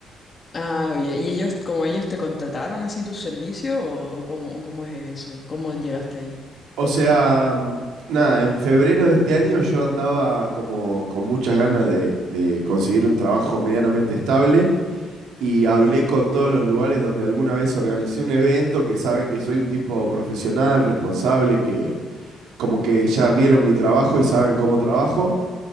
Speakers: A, on the left; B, on the right.
A: Ah, oye, ¿y ellos, como ellos te contrataron así tu servicio o cómo, cómo es eso? ¿Cómo llegaste ahí?
B: O sea, mm, nada, en febrero de este año yo andaba como con muchas ganas de, de conseguir un trabajo medianamente estable y hablé con todos los lugares donde alguna vez organicé un evento que saben que soy un tipo profesional, responsable, que como que ya vieron mi trabajo y saben cómo trabajo.